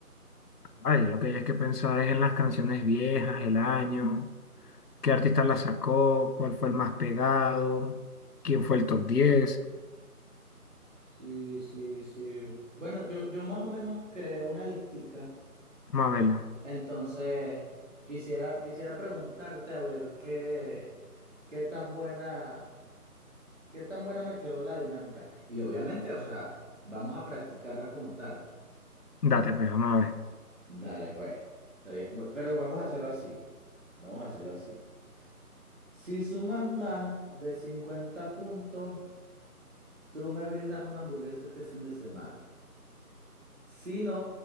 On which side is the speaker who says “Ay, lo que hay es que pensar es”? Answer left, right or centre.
Left